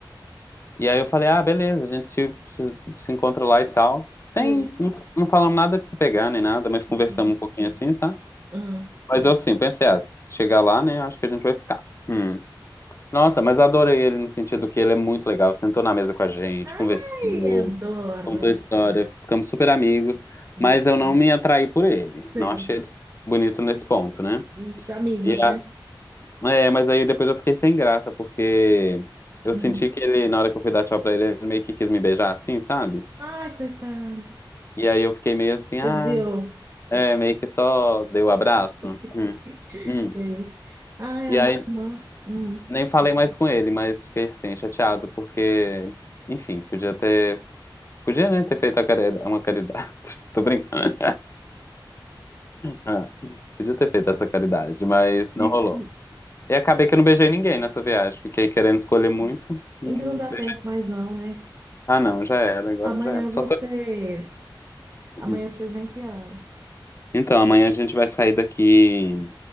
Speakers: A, on the left (about 35°); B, on the right (about 35°).
A: E aí eu falei, ah, beleza, a gente se, se, se encontra lá e tal.
B: sei.
A: Sem, não, não falamos nada de se pegar nem nada, mas conversamos
B: Uhum.
A: um pouquinho assim, sabe?
B: Ah.
A: Mas eu sim, pensei, ah, se chegar lá, né, acho que a gente vai ficar. Hum. Nossa, mas adorei ele no sentido que ele é muito legal, sentou na mesa com a gente,
B: Ai,
A: conversou.
B: adoro.
A: Contou a história, ficamos super amigos,
B: Hum,
A: mas eu não me atraí por ele.
B: sei.
A: Não achei ele bonito nesse ponto, né?
B: Os amigos,
A: E
B: né?
A: a- É, mas aí depois eu fiquei sem graça, porque eu
B: Hum.
A: senti que ele, na hora que eu fui dar tchau pra ele, ele meio que quis me beijar assim, sabe?
B: Ai, coitado.
A: E aí eu fiquei meio assim,
B: Desviou.
A: ah, é, meio que só dei o abraço.
B: <laughs>
A: Hum, hum.
B: Sei. Ai,
A: E
B: a minha
A: aí
B: irmã. Hum.
A: nem falei mais com ele, mas fiquei assim, chateado, porque, enfim, podia ter, podia, né, ter feito a care- uma caridade. <laughs> Tô brincando. Ah, podia ter feito essa caridade, mas
B: Digo,
A: não rolou. E acabei que eu não beijei ninguém nessa viagem. Fiquei querendo escolher muito. Hum,
B: Ainda não dá
A: be-
B: tempo mais não, né?
A: Ah, não, já era, agora
B: Amanhã
A: já era. Só
B: vocês...
A: foi...
B: Amanhã
A: um.
B: vocês vêm que horas?
A: Então, amanhã a gente vai sair daqui